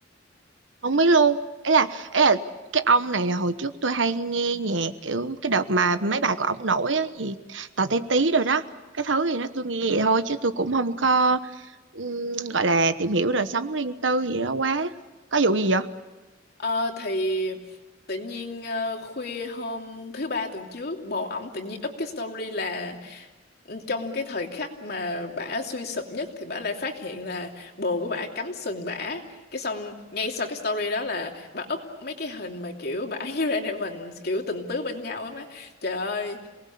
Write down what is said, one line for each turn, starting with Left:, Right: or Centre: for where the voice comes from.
Right: không biết luôn. Ấy là ấy là cái ông này là hồi trước tôi hay nghe nhạc kiểu cái đợt mà mấy bài của ông nổi á gì tò te tí rồi đó. Cái thứ gì đó tôi nghe vậy thôi chứ tôi cũng không có ừm, gọi là tìm hiểu đời sống riêng tư gì đó quá. Có vụ gì vậy?
Left: Ờ thì tự nhiên ờ, khuya hôm thứ ba tuần trước bồ ổng tự nhiên up cái story là trong cái thời khắc mà bả suy sụp nhất thì bả lại phát hiện là bồ của bả cắm sừng bả cái xong ngay sau cái story đó là bả up mấy cái hình mà kiểu bả <laughs> với Ren Evans kiểu tình tứ bên nhau á má trời ơi